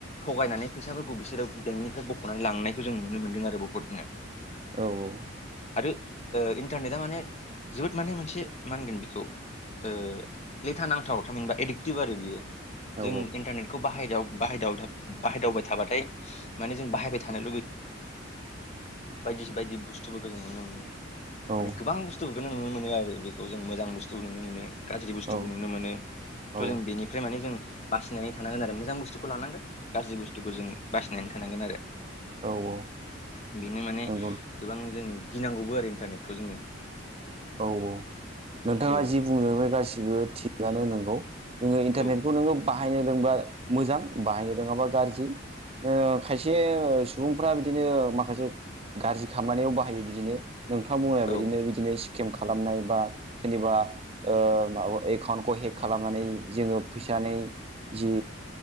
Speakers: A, on the left (about 35°); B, on the right (about 30°).
A: थगायनानै फैसाफोरखौ बिसोरो बेंकनिफ्राय बखनानै लांनायखौ जों नुनो मोन्दों आरो बुहुतनो।
B: औ औ
A: आरो इन्टारनेटआ माने जोबोद माने मोनसे मा होनगोन बेखौ ओ लेथा नांथाव थामिनबा एडिक्टिभ आरो बियो
B: औ
A: जों इन्टारनेटखौ बाहायाव बाहायदाव बाहायदावबाय थाबाथाय माने जों बाहायबाय थानो लुबैयो। बायदि बायदि बुस्थुफोरखौ जों नुनो मोनो
B: औ
A: माने गोबां बुस्थु बेखौनो नुनो मोनो आरो बेखौ जों मोजां बुस्थु नुनो मोनो। गाज्रि बुस्थुबो
B: औ
A: नुनो मोनो
B: औ
A: थ जों बेनिफ्राय माने जों बासिनानै थानांगोन आरो मोजां बुस्थुखौ लानांगोन गाज्रि बुस्थुखौ जों बासिनानै थानांगोन आरो।
B: औ औ
A: बेनो माने
B: नंगौ
A: गोबां जों गिनांगौबो आरो इन्टारनेटखौ जोङो
B: औ औ नोंथाङा
A: औ
B: जि बुंनो बे गासिबो थिगानो नोंगौ। जोङो इन्टारनेटखौ
A: औ
B: नोङो बाहायनो रोंबा मोजां बाहायनो रोङाबा गाज्रि। आ खायसे सुबुंफ्रा बिदिनो माखासे गाज्रि खामानियाव बाहायो बिदिनो नोंथाङा बुंनाया बिदिनो
A: औ
B: बिदिनो खालामनाय बा सोरनिबा ओ एकाउन्टखौ हेक खालामनानै जो फै नानै जि